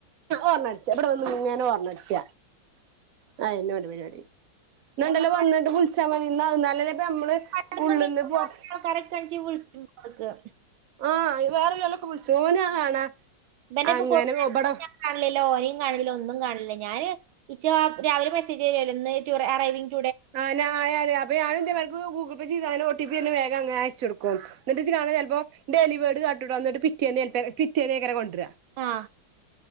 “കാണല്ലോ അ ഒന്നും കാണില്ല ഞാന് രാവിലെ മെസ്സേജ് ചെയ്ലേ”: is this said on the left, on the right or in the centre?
Right